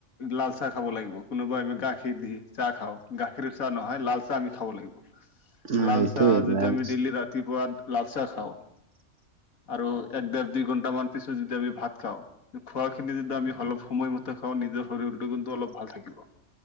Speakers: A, on the left; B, on the right.
A: লাল চাহ খাব লাগিব কোনোবাই আমি গাখীৰ দি চাহ খাওঁ গাখীৰ চাহ নহয় লাল চাহ আমি খাব লাগিব
B: অ',
A: লাল
B: সেইটোৱে
A: চাহ যদি
B: লাল
A: আমি দেইলি ৰাতিপুৱা লাল চাহ খাওঁ আৰু এক ডেৰ দুই ঘণ্টামান পিছত যদি আমি ভাত খাওঁ খোৱাখিনি যদি আমি অলপ সময়মতে খাওঁ নিজৰ শৰীৰটো কিন্তু অলপ ভাল থাকিব